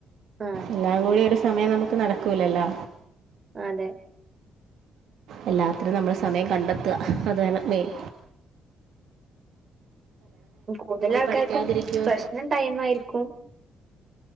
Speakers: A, on the right; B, on the right.
A: ആഹ്
B: എല്ലാം കൂടി ഒരു സമയം നമുക്ക് നടക്കൂലല്ലോ
A: അതെ
B: എല്ലാത്തിനും നമ്മൾ സമയം കണ്ടെത്ത അതാണ് മെയ്ൻ
A: കൂടുതൽ ആൾക്കാർക്കും
B: പഠിക്കാതിരിക്കുമോ
A: പ്രശ്നം ടൈം ആയിരിക്കും